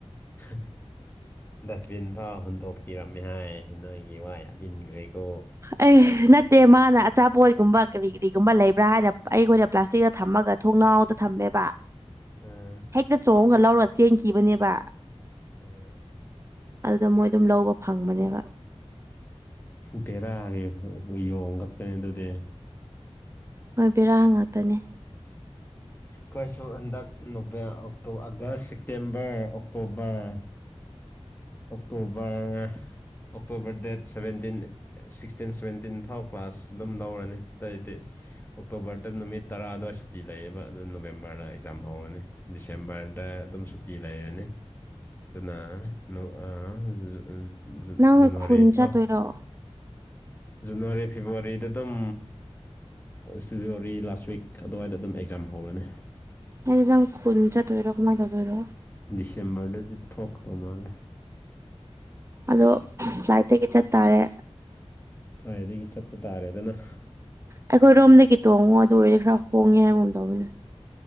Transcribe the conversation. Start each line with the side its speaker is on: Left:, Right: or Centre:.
Left: <unintelligible> ꯗꯁꯕꯤꯟ ꯐꯥꯎ ꯍꯨꯟꯗꯣꯛꯄꯤꯔꯝꯃꯦ ꯍꯥꯏ ꯅꯣꯏꯒꯤ ꯋꯥ ꯌꯥꯝ ꯏꯟꯒ꯭ꯔꯦꯀꯣ
Right: ꯑꯩ ꯅꯠꯇꯦ ꯃꯥꯅ ꯑꯆꯥꯄꯣꯠ ꯀꯨꯝꯕ ꯀꯔꯤ ꯀꯔꯤꯒꯨꯝꯕ ꯂꯩꯕ꯭ꯔꯥ ꯍꯥꯏꯅ ꯑꯩꯈꯣꯏꯗ ꯄ꯭ꯂꯥꯁꯇꯤ ꯗ ꯊꯝꯃꯒ ꯊꯣꯡꯅꯥꯎꯗ ꯊꯝꯃꯦꯕ
Left: ꯎꯝ
Right: ꯍꯦꯛꯇ ꯆꯣꯡꯒ ꯂꯧꯔ ꯆꯦꯟꯈꯤꯕꯅꯦꯕ
Left: ꯎꯝ
Right: ꯑꯗꯨꯗ ꯃꯣꯏ ꯗꯨꯝ ꯂꯧꯕ ꯐꯪꯕꯅꯦꯕ
Left: ꯕꯦꯔꯥꯒꯤ <unintelligible> ꯌꯣꯡꯉꯥꯛꯇꯅ‌ꯦ ꯑꯗꯨꯗꯤ
Right: ꯍꯣꯏ ꯕꯦꯔꯥ ꯉꯥꯛꯇꯅꯦ
Left: ꯈꯣꯏꯁꯨ ꯍꯟꯗꯛ ꯅ‌ꯣꯕ‌ꯦ ꯑ‌ꯣꯛꯇ‌ꯣ August September October October October date seventeen sixteen seventeen ꯐꯥꯎ ꯀ꯭ꯂꯥꯁ ꯗꯨꯝ ꯂꯧꯔꯅꯤ ꯇꯩꯗꯤ ꯑꯣꯛꯇꯣꯕꯔꯗ ꯅꯨꯃꯤꯠ ꯇꯔꯥ ꯑꯗꯨꯋꯥꯏ ꯁꯨꯇꯤ ꯂꯩꯌꯦꯕ ꯑꯗꯨ ꯅꯣꯕꯦꯝꯕꯔꯗ ꯑꯦꯖꯥꯝ ꯍꯧꯔꯅꯤ ꯗꯤꯁꯦꯝꯕꯔꯗ ꯑꯗꯨꯝ ꯁꯨꯇꯤ ꯂꯩꯔꯅꯤ ꯗꯨꯅ ꯅꯣ ꯑ ꯖꯨ <unintelligible> ꯖꯨꯟ
Right: ꯅꯪ
Left: ꯖꯨꯟꯋꯥꯔꯤ
Right: ꯈꯨꯟ
Left: ꯐꯥꯎ
Right: ꯆꯠꯇꯣꯏꯔꯣ
Left: ꯖꯟꯅꯋꯥꯔꯤ ꯐꯦꯕꯋꯥꯔꯤꯗ ꯗꯨꯝ ꯐꯦꯕꯋꯥꯔꯤ ꯂꯥꯁ ꯋꯤꯛ ꯈꯗꯨꯋꯥꯏꯗ ꯑꯗꯨꯝ ꯑꯦꯛꯖꯥꯝ ꯍꯧꯔꯅꯤ
Right: ꯑ‌ꯦ ꯑꯗꯨꯗꯤ ꯅꯪ ꯈꯨꯟ ꯆꯠꯇꯣꯏꯔ‌ꯣ ꯀꯃꯥꯏ ꯇꯧꯗꯣꯏꯔ‌ꯣ
Left: ꯗꯤꯁꯦꯝꯕꯔꯗꯗꯤ ꯊꯣꯛꯀꯗꯧ ꯃꯥꯜꯂꯦ
Right: ꯑꯗꯣ ꯐ꯭ꯂꯥꯏꯠꯇꯒꯤ ꯆꯠ ꯇꯥꯔꯦ
Left: ꯐꯂꯥꯏꯗꯒꯤ ꯆꯠꯄ ꯇꯥꯔꯦꯗꯅ
Right: ꯑꯩꯈꯣꯏ ꯔꯣꯝꯗꯒꯤ ꯇꯣꯡꯉꯣ ꯑꯗꯨ ꯑꯣꯏꯔ ꯈꯔ ꯍꯣꯡꯉꯦ ꯍꯥꯏꯒꯨꯝ ꯗꯧꯕꯅꯦ